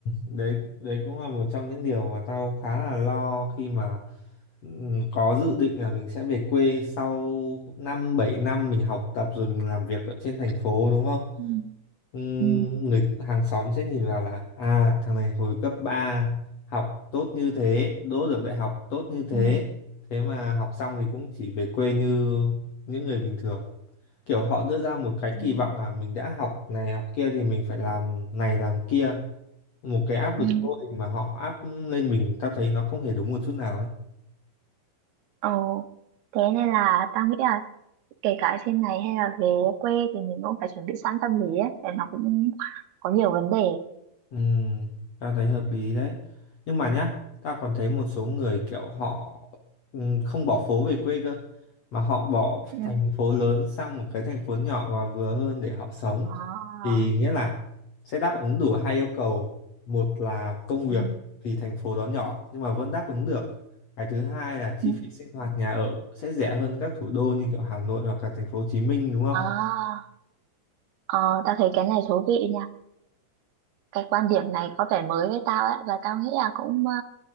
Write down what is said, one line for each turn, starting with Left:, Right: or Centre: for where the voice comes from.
Left: đấy đấy cũng là một trong những điều mà tao khá là lo khi mà ừ, có dự định là mình sẽ về quê sau 5 7 năm mình học tập rồi mình làm việc ở trên thành phố đúng không?
Right: Ừ.
Left: Ừ,
Right: ừ
Left: người hàng xóm sẽ nhìn vào là à thằng này hồi cấp 3 học tốt như thế, đỗ được đại học tốt như thế,
Right: Ừ.
Left: thế mà học xong thì cũng chỉ về quê như những người bình thường. Kiểu họ đưa ra một cái
Right: Ừ.
Left: kỳ vọng là mình đã học này học kia thì mình phải làm này làm kia một cái áp
Right: ừ
Left: lực vô hình mà họ áp lên mình tao thấy nó không hề đúng một chút nào ấy
Right: ồ thế nên là tao nghĩ là kể cả ở trên này hay là về quê thì mình cũng phải chuẩn bị sẵn tâm lý ấy để nó cũng có nhiều vấn đề
Left: ừ, tao thấy hợp lý đấy nhưng mà nhá tao còn thấy một số người kiểu họ ừ, không bỏ phố về quê cơ mà họ bỏ
Right: Ừ.
Left: thành phố lớn sang một cái thành phố nhỏ và vừa hơn để họ sống
Right: à,
Left: thì nghĩa là sẽ đáp ứng đủ hai yêu cầu một là công việc
Right: Ừ.
Left: thì thành phố đó nhỏ nhưng mà vẫn đáp ứng được cái thứ hai là chi
Right: ừ.
Left: phí sinh hoạt nhà ở sẽ rẻ hơn các thủ đô như kiểu Hà Nội hoặc là thành phố Hồ Chí Minh đúng không?
Right: à, ờ, tao thấy cái này thú vị nha cái quan điểm này có vẻ mới với tao ấy và tao nghĩ là cũng ờ,